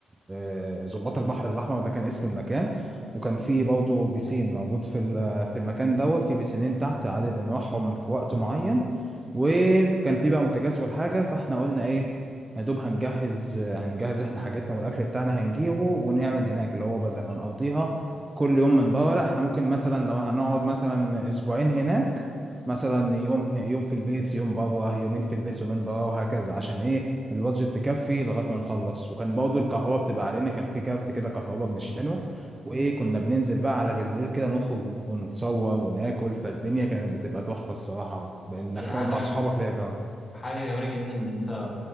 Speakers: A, on the right; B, on the left.
A: آه، ظباط البحر الأحمر ده كان اسم المكان وكان في برضه بيسين موجود في ال- في المكان دوت في بيسينين تحت عادي بنروحهم في وقت معين وكان في بقى متجزول حاجة فاحنا قلنا ايه يا دوب هنجهز هنجهز احنا حاجاتنا والأكل بتاعنا هنجيبه ونعمل هناك اللي هو بدل ما نقضيها كل يوم من بره لا احنا ممكن مثلا لو هنقعد مثلا أسبوعين هناك مثلا يوم يوم في البيت يوم بره يومين في البيت يومين بره وهكذا عشان ايه البادجت تكفي لغايه ما نخلص وكان برضه الكهرباء بتبقى علينا كان في كارت كده كهرباء بنشحنه وايه كنا بننزل بقى على بالليل كده نخرج ونتصور وناكل فالدنيا كانت بتبقى تحفه الصراحه انك
B: إيه
A: خارج
B: حاجة
A: مع صحابك ليه يا جماعه
B: حاجة جميلة جدا إن أنت